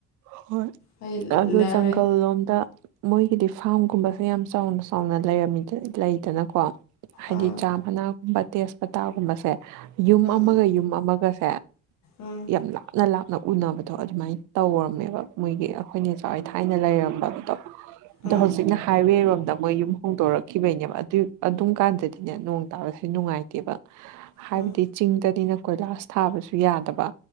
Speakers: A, on the right; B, on the left.
A: ꯍꯣꯏ
B: ꯍꯥꯏꯗꯤ
A: ꯑꯗꯨ
B: ꯂꯩ
A: ꯖꯪꯒꯜ ꯂꯣꯝꯗ ꯃꯣꯏꯒꯤꯗꯤ ꯐꯥꯔꯝꯒꯨꯝꯕꯁꯦ ꯌꯥꯝ ꯆꯥꯎꯅ ꯆꯥꯎꯅ ꯂꯩꯔꯝꯃꯤ ꯂꯩꯗꯅꯀꯣ ꯍꯥꯏꯗꯤ
B: ꯑꯥ
A: ꯆꯥ ꯃꯅꯥꯒꯨꯝꯕ ꯇꯦꯖꯄꯇꯥꯒꯨꯝꯕꯁꯦ ꯌꯨꯝ
B: ꯎꯝ
A: ꯑꯃꯒ
B: ꯎꯝ
A: ꯌꯨꯝ ꯑꯃꯒꯁꯦ
B: ꯎꯝ
A: ꯌꯥꯝ ꯂꯥꯞ ꯅ ꯂꯥꯞꯅ ꯎꯅꯕꯗꯣ ꯑꯗꯨꯃꯥꯏꯅ ꯇꯧꯔꯝꯃꯦꯕ ꯃꯣꯏꯒꯤ ꯑꯩꯈꯣꯏꯅꯋꯥꯏ ꯊꯥꯏꯅ ꯂꯩꯔꯝꯕꯗꯣ
B: ꯎꯝ
A: ꯑꯣ ꯍꯧꯖꯤꯛ ꯍꯥꯏꯋꯦꯔꯣꯝꯗ ꯃꯣꯏ ꯌꯨꯝ ꯍꯣꯡꯗꯣꯔꯛꯈꯤꯕꯩꯅꯦꯕ ꯑꯗꯨ ꯑꯗꯨꯝ ꯀꯥꯟꯗꯗꯤꯅꯦ ꯅꯣꯡ ꯇꯥꯕꯁꯨ ꯅꯨꯡꯉꯥꯏꯇꯦꯕ ꯍꯥꯏꯕꯗꯤ
B: ꯎꯝ
A: ꯆꯤꯡꯗꯅꯤꯅ ꯀꯣꯏꯂꯥꯁ ꯊꯥꯕꯁꯨ ꯌꯥꯗꯕ